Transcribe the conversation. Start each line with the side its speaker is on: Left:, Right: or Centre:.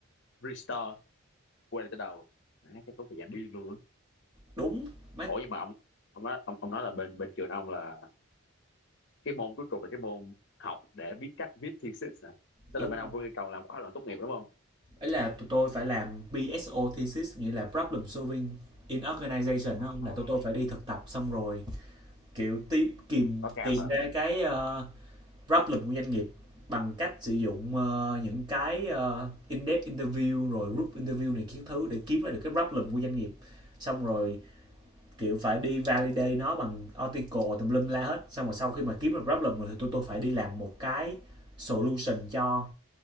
Left: restore quay lại từ đầu má chắc tốn thời gian đi luôn á.
Right: đúng mấy
Left: ủa nhưng mà ông ông nói ông, ông nói là bên bên trường ông là cái môn cuối cùng là cái môn học để biết cách viết thesis hả tức
Right: đúng
Left: là bên
Right: không
Left: ông có yêu cầu làm khóa luận tốt nghiệp đúng không
Right: ấy là tụi tôi phải làm PSO thesis nghĩa là problem solving in organization đó
Left: Ờ,
Right: là tụi tôi phải đi thực tập xong rồi kiểu tìm kìm
Left: báo cáo
Right: tìm
Left: hả
Right: ra cái ờ, problem của doanh nghiệp bằng cách sử dụng ờ, những cái ờ, in-depth interview rồi group interview này kiến thứ để kiếm ra được cái problem của doanh nghiệp xong rồi kiểu phải đi validate nó bằng article tùm lum la hết xong rồi sau khi mà kiếm được problem rồi thì tôi tôi phải đi làm một cái solution cho